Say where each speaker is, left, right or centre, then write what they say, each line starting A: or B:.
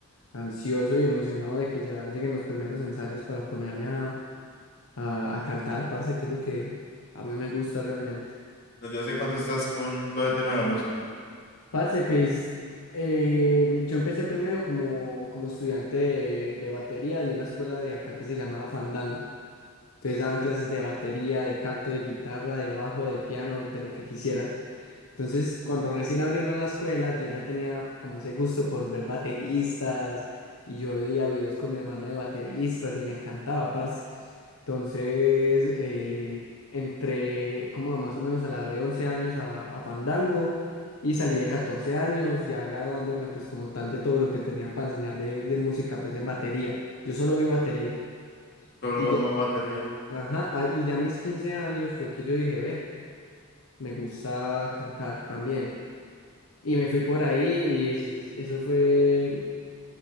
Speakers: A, on the left (about 75°); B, on the left (about 45°).
A: ansioso y emocionado de que ya lleguen los primeros ensayos para ponerme a, a, a cantar, parce, que es lo que a mí me gusta realmente.
B: ¿desde hace cuánto estás con todo el tema de la música?
A: Parce, pues eh, yo empecé primero como, como estudiante de, de batería de una escuela de acá que se llamaba Fandango. Entonces daban clases de batería, de canto, de guitarra, de bajo, de piano, de lo que quisieras. Entonces, cuando recién abrieron las escuelas, yo ya tenía como ese gusto por ver bateristas y yo veía videos con mi hermano de bateristas y me encantaba, parce. Entonces, eh, entré como más o menos a la de 11 años a, a Fandango y salí de 14 años, ya graduándome pues como tal de todo lo que tenían para enseñar de, de música pues en batería. Yo solo vi batería
B: Solo
A: y ya,
B: batería.
A: ajá, ah, y ya a mis 15 años fue que yo dije, ve, me gusta cantar también. Y me fui por ahí y es- es- eso fue,